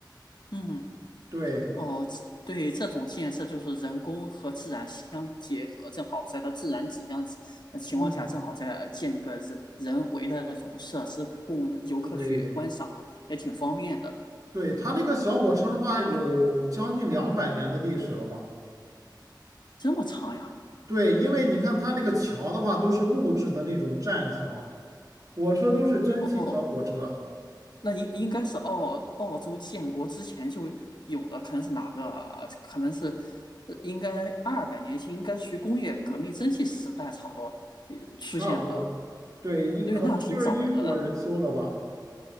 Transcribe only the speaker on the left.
嗯，
哦，这对这种建设就是人工和自然相结合，正好在它自然景象呃情况下，
正好在建立一个人人为的那种设施供游客去观赏，
也挺方便的。
这么长呀？
哦，那应应该是澳澳洲建国之前就有的，可能是哪个？可能是呃应该二百年前，应该属于工业革命蒸汽时代差不多呃出现的。
对，那挺早的了。